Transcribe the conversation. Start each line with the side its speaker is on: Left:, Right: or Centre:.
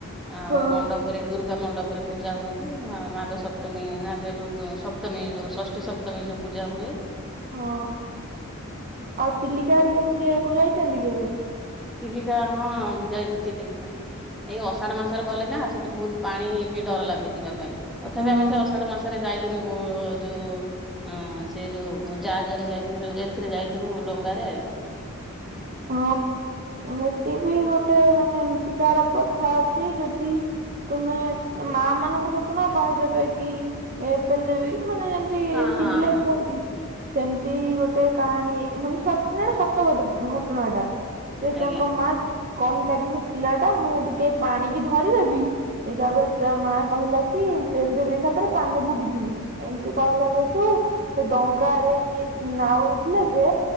Centre: ଆଉ
Right: ହଁ।
Centre: ମଣ୍ଡପରେ ଦୁର୍ଗା ମଣ୍ଡପ୍ ପରେ ପୂଜା ହୁଅନ୍ତି ମା-ମାଙ୍କ ସପ୍ ସପ୍ତମି ନା ସେଇ ଯୋଉ ଦୁ-ସପ୍ତମୀ ଯୋଉ ଷଷ୍ଠୀ ସପ୍ତମୀ ଯୋଉ ପୂଜା ହୁଏ।
Right: ହଁ ଆଉ ଚିଲିକା ହରିକା ବୁଲିବାକୁ ଯାଇଚନ୍ତି କେବେ?
Centre: ଚିଲିକା ହଁ ମୁଁ ଯାଇଚି ଚିଲିକା। ଏଇ ଅଷାଢ଼ ମାସରେ ଗଲେ ନା ସେଠି ବୋହୁତ ପାଣି ଟିକେ ଡର ଲାଗେ ଯିବା ପାଇଁ ତଥାପି
Right: ହଁ
Centre: ଆମେ ସେ ଅଷାଢ ମାସରେ ଯାଇ ଦିନକୁ ଯୋଉ ଅ-ସେ ଯୋଉ ଜାହାଜରେ ଯାଇଥିଲୁ ଯେ ଏଥିରେ ଯାଇଥିଲୁ ଡଙ୍ଗାରେ। ଏ
Right: ଓହୋ ହେଟି ବି ଗୋଟେ ମାନେ ଏମତିକାର ପ୍ରଥା ଅଛି ଯଦି ତୁମେ ମାଆମାନଙ୍କୁ ଦେଖୁନ କହିଦେବେ କି ଏ ପେଲଦେବି ମାନେ ଯେମତି
Centre: ହଁ ହଁ
Right: ଚିଡିଲେ
Centre: ହଁ
Right: କୁହନ୍ତି। ସେମତି ହିଁ ଗୋଟେ କାହାଣୀ ଏ-ମାନେ ସତ୍-ନା ଏଟା ସତ ଘତ-ଘଟଣାଟା। ସେ ତାଙ୍କ
Centre: ଆଜ୍ଞା
Right: ମାଆ ଚି-କହିଲା କି ସେ ପିଲାଟା ମୁଁ ଟିକେ ପାଣିକି ଧରିଦେବି ଏ ତାପରେ ତା ମାଆ କହିଲା କି ଏମ୍-ପେଲଦେବି ଏକାଥରେ ପାଣିରେ ବୁଡୁଥୁବୁ ଏମତି କହିଲା ଯେହେତୁ ସେ ଡଙ୍ଗାରେ ଯିଏ ନାଉରୀ ଥିଲେ ଯେ